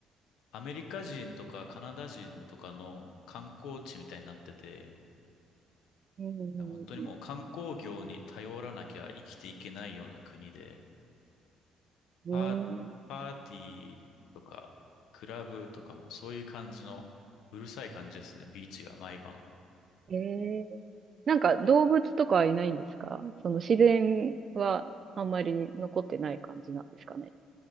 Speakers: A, on the left; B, on the right.
A: アメリカ人とかカナダ人とかの観光地みたいになってて、
B: うん
A: 本当にもう観光業に頼らなきゃ生きていけないような国で、
B: うんうん。
A: パー、
B: うーん。
A: パーティーとか、クラブとかもそういう感じの、うるさい感じですね、ビーチが毎晩。
B: ええなんか動物とかはいないんですかその自然はあんまり残ってない感じなんですかね。